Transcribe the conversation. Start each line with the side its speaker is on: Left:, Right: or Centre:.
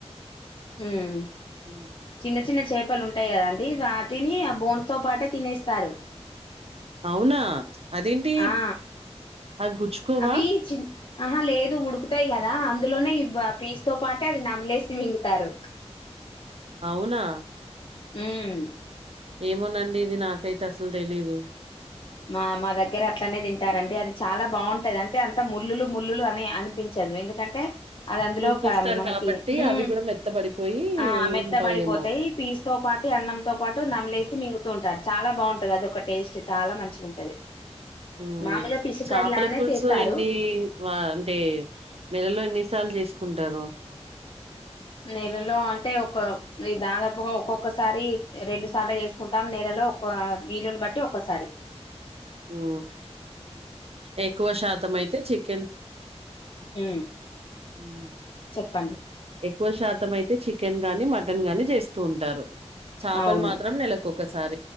Left: మ్మ్
Right: హ్మ్.
Left: చిన్న చిన్న చేపలు ఉన్ టాయి కదా అండి వాటిని ఆ బోన్స్ తో పాటే తినేస్తారు
Right: అవునా అదేంటి
Left: ఆ
Right: అవి గుచ్చుకోవా?
Left: అవి చి ఆహా లేదు ఉడుకుతాయి కదా అందులోనే ఇవ్ బా పీస్ తో పాటె అది నమ్మిలేసి మింగుతారు
Right: అవునా
Left: మ్మ్
Right: ఏమోనండి ఇది నాకైతే అసలు తెలీదు
Left: మా మా దగ్గర అట్లనే తింటారండి అది చాలా బాగుంటది అంటే అంత ముళ్ళులు ముళ్ళులు అని అనిపించ చదువు ఎందుకంటే అది అందులో
Right: ఉడికిస్తారు
Left: మనకి
Right: కాబట్టి
Left: ఊ
Right: అవి గూడా మెత్తబడిపోయి
Left: ఆ మెత్తబడిపోతాయి
Right: ఉంటాయేమో.
Left: పీస్ తో పాటు అన్నంతో పాటు నమలేసి మింగుతూ ఉంటారు చాలా బాగుంటది అద ఒక టేస్ట్ చాలా మంచి ఉంటది
Right: ఉ
Left: మామూలుగా ఫిష్
Right: చేపల
Left: కర్రీ లాగానే
Right: పులుసు
Left: చేస్తారు
Right: ఎన్ని అంటే నెలలో ఎన్ని సార్లు చేసుకుంటారు
Left: నెలలో అంటే ఒక దాదాపుగా ఒక్కొక్కసారి రెండు సార్లు చేసుకుంటాం నెలలు లోకువ వీలుని బట్టి ఒక్కసారి
Right: ఉ ఎక్కువ శాతం అయితే చికెన్
Left: ఉ
Right: హ్మ్.
Left: చెప్పండి
Right: ఎక్కువ శాతం అయితే చికెన్ గానీ మటన్ గాని చేస్తూ ఉంటారు చాపలు
Left: అవును
Right: మాత్రం నెలకు ఒకసారి